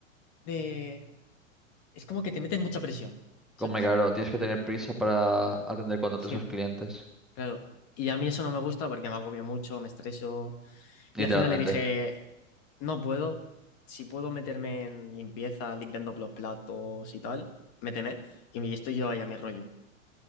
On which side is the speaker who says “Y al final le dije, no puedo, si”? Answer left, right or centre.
Left